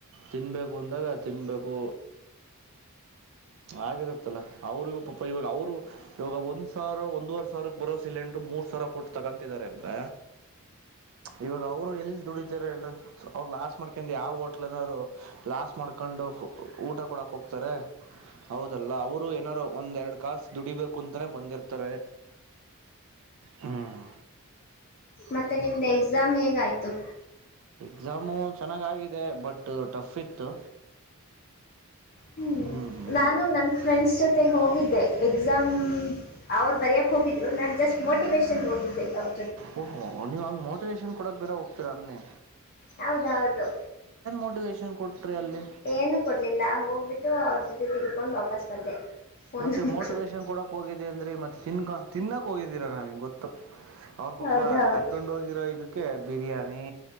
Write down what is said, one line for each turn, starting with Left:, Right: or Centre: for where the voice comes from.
Right: ತಿನ್ಬೇಕು ಅಂದಾಗ ತಿನ್ಬೇಕು ಆಗಿರತ್ತಲ್ಲ ಅವ್ರಿಗೂ ಪಾಪ ಇವಾಗ ಅವರು ಇವಾಗ ಒಂದ್ ಸಾವಿರ ಒಂದುವರೆ ಸಾವಿರಕ್ ಬರೋ ಸಿಲಿಂಡರ್ ಮೂರ್ ಸಾವಿರ ಕೊಟ್ಟ ತಗೊಂತಿದಾರೆ ಅಂದ್ರ ಇವಾಗ ಅವ್ರು ಎಲ್ ದುಡಿತಾರೆ ಹೇಳ್ರ ಅವ್ರು ಲಾಸ್ಟ್ ಮಾಡ್ಕಂಡ ಯಾವ ಹೋಟ್ಲ್ನರು ಲಾಸ್ಟ್ ಮಾಡ್ಕೊಂಡು ಊಟ ಕೊಡಕ್ ಹೋಗ್ತಾರೆ ಹೌದಲ್ಲ ಅವರು ಏನಾರರು ಒಂದ್ ಎರಡ್ ಕಾಸ ದುಡಿಬೇಕು ಅಂತಾನೇ ಬಂದಿರ್ತಾರೆ ಹ್ಮ್
Left: ಮತ್ತೆ ನಿಮ್ದ್ ಎಕ್ಸಾಮ್ ಹೇಗ ಆಯ್ತು ತ್ತು
Right: ಎಕ್ಸಾಮು ಚೆನ್ನಾಗ ಆಗಿದೆ ಬಟ್ ಟಫ್ ಇತ್ತು
Left: ಹ್ಞೂ
Right: ಹ್ಮ್
Left: ನಾನು ನನ್ ಫ್ರೆಂಡ್ಸ್ ಜೊತೆ ಹೋಗಿದ್ದೆ ಎಕ್ಸಾಮ್ ಅವ್ರು ಬರೆಯೋಕ್ಕೆ ಹೋಗಿದ್ರು ನಾನು ಜಸ್ಟ್ ಮೋಟಿವೇೇಶನ್ಗೆ ಹೋಗಿದ್ದೆ ಅವ್ರು
Right: ಓ ಹ ನೀವುಾಗ ಮರ್ ನೋಟಿಕೇಶನ್ ಕೊಡಕ್ಕೆ ಬೇರ ಹೋಗತೀರ ಅನ್ನೇ
Left: ಹೌದೌದು
Right: ಮೋಟಿವೇಶನ್ ಕೊಟ್ರಿ ಅಲ್ಲಿ
Left: ಏನು ಕೊಡ್ಲಿಲ್ಲ ಹೋಗ್ಬಿಟ್ಟು ಅವ್ರ ಜೊತೆ ತಿನ್ಕೊಂಡು ವಾಪಸ್ ಬಂದೆ ಫೋನ್
Right: ಮತ್ತೆ
Left: ನೋಡ್ಕೊಂಡು
Right: ಮೋಟಿವೇಶನ್ ಕೊಡಕ್ ಹೋಗಿದ್ದ ಅಂದ್ರೆ ಮತ್ತೆ ತಿನ್ಕ ತಿನ್ನಕ್ ಹೋಗಿದ್ದೀರ ನಾವಿ ಗೊತ್ತು ಅವ್ರ ಪಾಪ
Left: ಹೌದೌದು
Right: ಕರ್ಕೊಂಡ್ ಹೋಗಿರೋ ಇದಕ್ ಬಿರಿಯಾನಿ